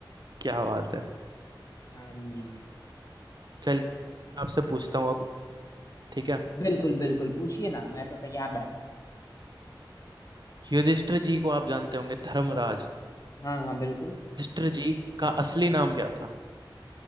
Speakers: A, on the right; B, on the left.
A: क्या बात है
B: हाँ जी
A: चलिए आपसे पूछता हूँ अब ठीक है
B: बिल्कुल बिल्कुल पूछिए ना मैं तो तैयार बैठा हूँ
A: युधिष्ठिर जी को आप जानते होंगे धर्मराज
B: हाँ हाँ बिल्कुल
A: युधिष्ठिर जी का असली नाम क्या था